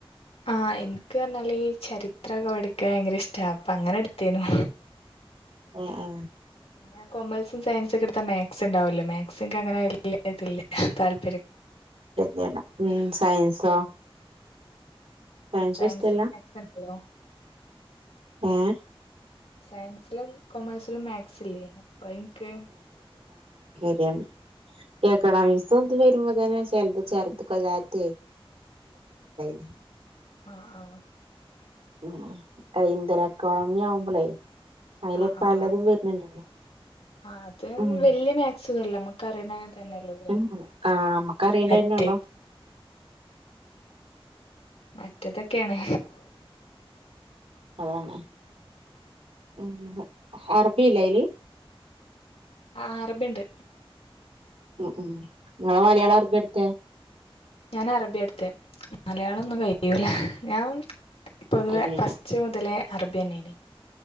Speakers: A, on the left; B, on the right.
A: ആഹ എനിക്ക് പറഞ്ഞാല് ഈ ചരിത്രമൊക്കെ പഠിക്കാൻ ഭയങ്കര ഇഷ്ടാ അപ്പൊ അങ്ങനെ എടുത്തേനു
B: ആ ആ
A: പിന്നെ കൊമേഴ്സും സയൻസ ഒക്കെ എടുത്താ മാത്സ് ഉണ്ടാവല്ലോ മാത്സ എന്ക്ക് അങ്ങനെ വല്യ ഇതില്ല താല്
B: <unintelligible> ഉം സയൻസോ സയൻസും
A: ആ സയൻസ്
B: ഇഷ്ടല്ല
A: മാത്സ് ഒണ്ടല്ലോ
B: ഏഹ്
A: സയൻസിലും കൊമേഴ്സിലും മാത്സ് ഇല്ലേ അപ്പൊ എന്ക്ക്
B: <unintelligible> എക്കണാമിക്സും ത് വരുമ്പോ തന്നെ ചിലത് <unintelligible>
A: ആ ആ
B: ഉം ഇന്ധന എക്കോണമി ആവുമ്പോളെ അതില്
A: ആ
B: പല്ലതും
A: ആ ആ
B: വരുന്നുണ്ടല്ലോ
A: ആ അത്
B: ഉം
A: വല്യ മാകസുല്ല നമ്മുക്ക അറിയണ തന്നെല്ലേള്ളൂ
B: ഉം ആ അമ്മക്ക് അറിയണന്നെള്ളോ
A: മറ്റേ മറ്റേതൊക്കെയാണ്
B: അതാണ് ഇഹ് അറബില്ല അയില്
A: ആ അറബി ഇണ്ട്
B: ഉം ഉം നിങ്ങള് മലയാള അറിബി എടുത്തേ
A: ഞാൻ അറബിയാട്ത്തെ മല യാളൊന്നും കഴിയൂല
B: ആഹ് ആഹ്
A: ഞാൻ പൊതുവെ
B: അതെയോ
A: ഫസ്റ്റ് മുതലേ അറബിന്നേനി